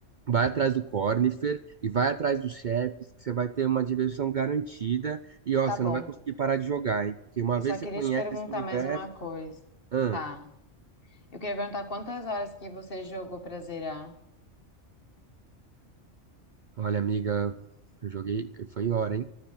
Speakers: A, on the right; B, on the left.
A: Vai atrás do Cornifer e vai atrás dos chefes, que você vai ter uma diversão garantida. E ó,
B: Tá
A: você
B: bom.
A: não vai conseguir parar de jogar, hein? Porque uma
B: Eu
A: vez
B: só
A: você
B: queria
A: conhece
B: te perguntar
A: esse universo.
B: mais uma coisa.
A: Hum,
B: Tá. Eu queria perguntar quantas horas que você jogou pra zerar.
A: olha, amiga, eu joguei. Foi hora, hein?